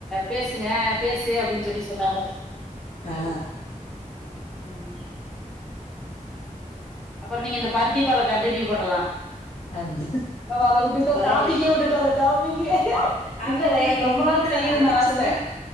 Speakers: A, in the centre; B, on the left.
A: பேசுங்க பேசு அப்டின்னு சொல்லி சொன்னாங்க
B: அ அ
A: ம் அப்புறோ நீங்க இந்த பருத்திப்பால கண்டினியூ பண்ணலா
B: அந்த
A: நம்ம அத விட்டுட்டோ
B: பரவாயில்லையே
A: டாபிக்கே விட்டுட்டோ அத டாபிக்கே
B: அவந்தே
A: இல்ல எனக்கு
B: என்னைய
A: ரொம்ப நாள்
B: ஊடால
A: செய்யனுன்
B: அடிச்சோனே
A: ஆச
B: நா